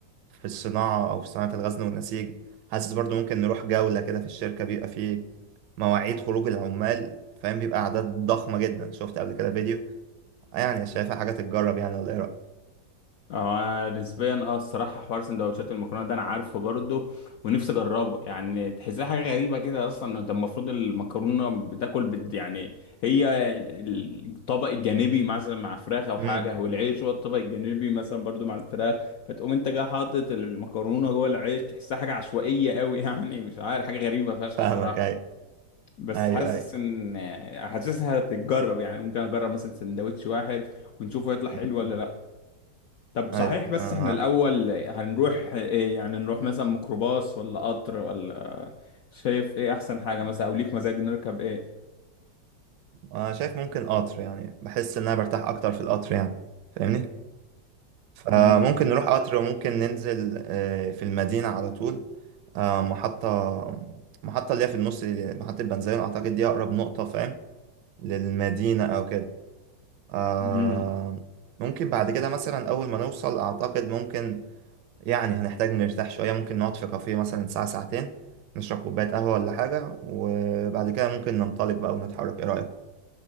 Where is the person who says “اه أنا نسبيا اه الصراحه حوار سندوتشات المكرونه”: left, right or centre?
Left